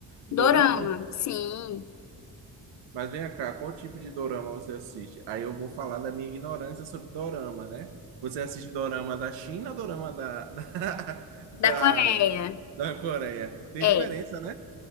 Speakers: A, on the right; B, on the left.
A: Dorama?
B: Dorama, sim,
A: Mas vem cá, qual tipo de dorama você assiste? Aí eu vou falar da minha ignorância sobre dorama, né? Você assiste dorama da China ou dorama da, <laughs> da, da,
B: da Coreia.
A: da Coreia? Tem
B: É.
A: diferença, né?